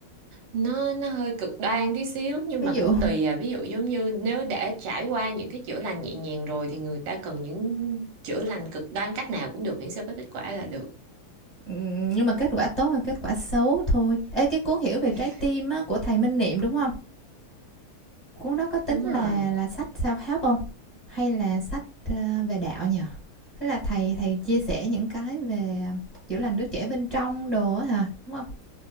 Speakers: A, on the right; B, on the left.
A: nó nó hơi cực đoan tí xíu nhưng
B: Ví
A: mà
B: dụ
A: cũng tùy à ví dụ giống như nếu đã trải qua những cái chữa lành nhẹ nhàng rồi thì người ta cần những chữa lành cực đoan cách nào cũng được miễn sao có kết quả là được
B: ừ, nhưng mà kết quả tốt và kết quả xấu thôi. Ê, cái cuốn Hiểu về
A: <laughs>
B: trái tim á, của thầy Minh Niệm đúng không Cuốn đó có tính
A: Đúng
B: là
A: rồi.
B: là sách self-help không Hay là sách, ờ, về đạo nhỉ? hay là thầy thầy chia sẻ những cái về, à, chữa lành đứa trẻ bên trong đồ á hả, đúng không